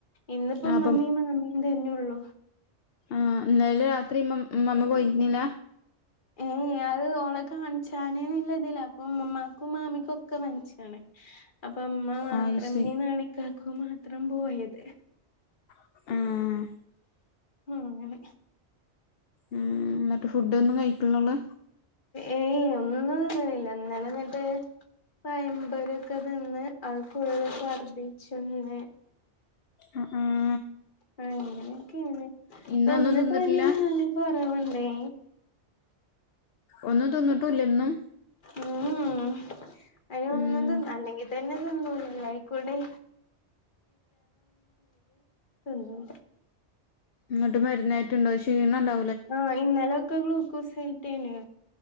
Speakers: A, on the left; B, on the left.
A: ഇന്നിപ്പോ ഇമ്മമ്മീ
B: അപ്പം
A: മാമി ഇന്ന് തന്നെ ഒള്ളു.
B: ആഹ് ഇന്നല രാത്രി ഇമ്മ ഇമ്മമ്മാ പോയിന്നില്ല.
A: ഏയ് അത് ഓളെ കാണിച്ചാനേന്നുള്ളതില്ല അപ്പോ ഇമമ്മാക്കും മാമിക്കും ഒക്കെ പനിച്ചാണ്
B: <inaudible>
A: അപ്പോ ഇമ്മ മാത്രം
B: അത് ശരി
A: <unintelligible> നാണിക്കാക്കു മാത്രം പോയത്.
B: ആഹ്
A: അങ്ങനെ.
B: ഉം ന്നിട്ട് ഫുഡ് ഒന്നും കഴിക്ക്ണിലോള്.
A: ഏയ്‌ ഒന്നും തിന്നണില്ല ഇന്നലെ എന്നിട്ട് പയം പൊരിയൊക്കെ തിന്ന് അത് ഫുൾ ശർദിച്ചിന്ന്
B: ആഹ് ആഹ്
A: അങ്ങനെയൊക്കെയാണ് ഇപ്പോ
B: ഇന്നൊന്നും
A: ഇന്ന്
B: തിന്നിട്ടില്ല
A: പനി നല്ല കൊറവ്ണ്ടേ
B: ഒന്നും തിന്നിട്ടുല്ല ഇന്ന്
A: ഉം ഉം അയ്ന് ഒന്നും
B: ഉം
A: തിന്നാൻ അല്ലെങ്കിത തന്നെ തിന്നുല അയികുടി <unintelligible>
B: എന്നട്ട് മരുന്നയറ്റ്ണ്ടോ ക്ഷീണം ഉണ്ടാ
A: ആഹ് ഇന്നലൊക്കെ ഗ്ലൂക്കോസ് കേറ്റീന്